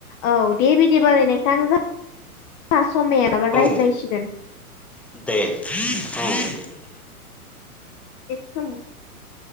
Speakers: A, on the left; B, in the centre.
A: औ दे बिदिबालाय नोंथां जा समायालाबा रायज्लायसिगोन।
B: औ दे औ दे
A: <inaudible>